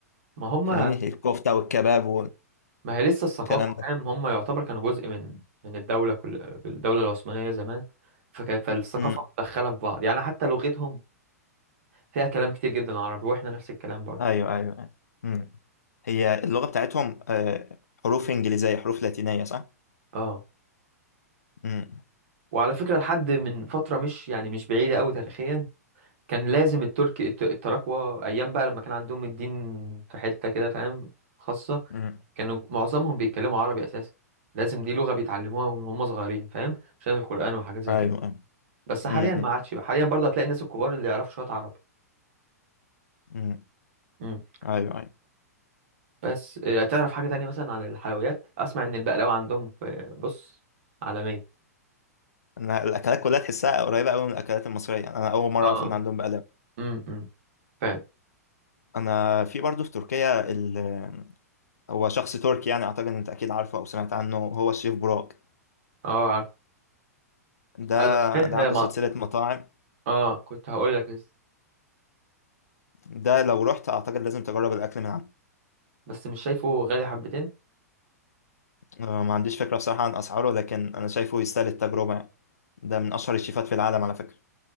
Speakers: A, on the right (about 50°); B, on the left (about 70°).
A: ما هم
B: فاهمني الكفتة والكباب
A: ما هي لسه الثقافة
B: والكلام ده
A: فاهم هم يعتبر كانوا جزء من من الدولة كل الدولة العثمانية زمان فكانت فالثقافة
B: امم
A: متدخلة في بعض يعني حتى لغتهم فيها كلام كتير جدا عربي واحنا نفس الكلام برضه
B: ايوه ايوه أيوة. امم هي اللغة بتاعتهم آه، حروف انجليزية حروف لاتينية صح؟
A: اه
B: امم
A: وعلى فكرة لحد من فترة مش يعني مش بعيدة قوي تاريخيا كان لازم الترك الت- التراكوة أيام بقى لما كان عندهم الدين في حتة كده فاهم خاصة
B: امم
A: كانوا معظمهم بيتكلموا عربي أساسا لازم دي لغة بيتعلموها وهم صغيرين فاهم عشان القرآن وحاجات زي
B: ايوه
A: كده
B: ايوه
A: بس حاليا
B: امم
A: ما عادش بقى حاليا برضه هتلاقي الناس الكبار اللي يعرفوا شوية عربي
B: امم
A: مم.
B: ايوه ايوه
A: بس آه، تعرف حاجة تانية مثلا عن الحلويات أسمع إن البقلاوة عندهم في بص عالمية
B: انا الاكلات كلها تحسها قريبة قوي من الاكلات المصرية يعني انا اول مرة
A: اه
B: اعرف ان عندهم بقلاوة
A: امم أمم. فعلا
B: انا في برضه في تركيا ال... آه، هو شخص تركي يعني اعتقد إن انت اكيد عارفه او سمعت عنه هو الشيف براك
A: اه عارف
B: ده
A: قال لك صحيح
B: ده
A: آه،
B: عنده
A: ما
B: سلسلة مطاعم
A: اه كنت هقول لك لسه
B: ده لو رحت اعتقد لازم تجرب الاكل من عنده
A: بس مش شايفه غالي حبتين
B: آه، ما عنديش فكرة بصراحة عن أسعاره لكن أنا شايفه يستاهل التجربة يعني ده من أشهر الشيفات في العالم على فكرة